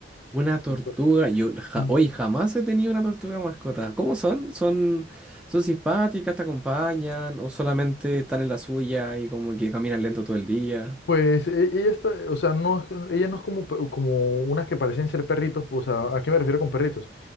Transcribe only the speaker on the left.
una tortuga.
<clears throat>
Pues e- ella está, o sea, no, ella no es como, pe- como unas que parecen ser perritos, o sea, ¿a qué me refiero con perritos?